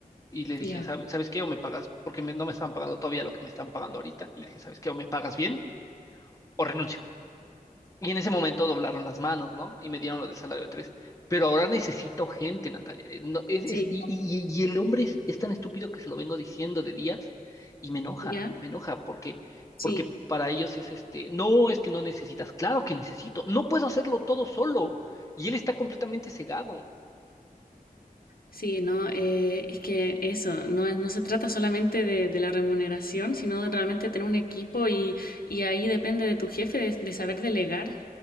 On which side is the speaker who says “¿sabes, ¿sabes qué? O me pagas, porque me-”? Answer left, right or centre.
Left